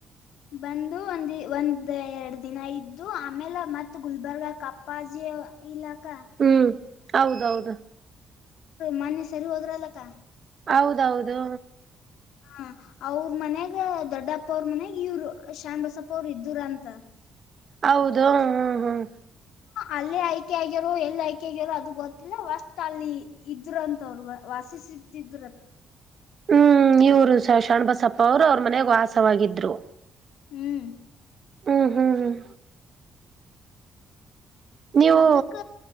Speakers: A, on the left; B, on the right.
A: ಬಂದು ಒಂದಿ ಒಂದ್ ಎರಡು ದಿನ ಇದ್ದು ಆಮೇಲೆ ಮತ್ ಗುಲ್ಬರ್ಗ ಪಾಜೆಯ ಇಲಖಾ
B: ಹ್ಮ್ ಹೌದೌದು
A: ಮೊೆ ಸರಿ ಹೋದ್ರಲ್ಲಕ್ಕ <inaudible>
B: ಹೌದೌದು
A: ಹ ಅವ್ರ ಮನ್ಯಾಗ ದೊಡ್ಡಪ್ಪ ಅವ್ರ ಮನ್ಯಾಗ ಇವರು ಶಾಣ್ ಬಸಪ್ಪ ಅವರು ಇದರ ಅಂತ
B: ಹೌದು ಹ್ಮ್ ಹ್ಮ್
A: ಅಲ್ಲೇ ಆಯ್ಕೆ ಆಗ್ಯರೋ ಎಲ್ಲಿ ಆಯ್ಕೆ ಆಗಿರೋ ಅದು ಗೊತ್ತಿಲ್ಲ ವಸ್ಟ್ ಅಲ್ಲಿ ಇದ್ರು ಅಂತ ಅವ್ರು ವಾಸಿಸಿ ಿದ್ದರಲ್ಲ
B: ಹ್ಮ್ ಇವರು ಸ ಶಾಣ್ಬಸಪ್ಪ ಅವ್ರು ಅವ್ರ ಮನೆಾಗ ವಾಸವಾಗಿದ್ರು
A: ಹ್ಮ್
B: ಹ್ಮ್ ಹ್ಮ್ ಹ್ಮ್ ನೀವು
A: ಅದಕ್ಕ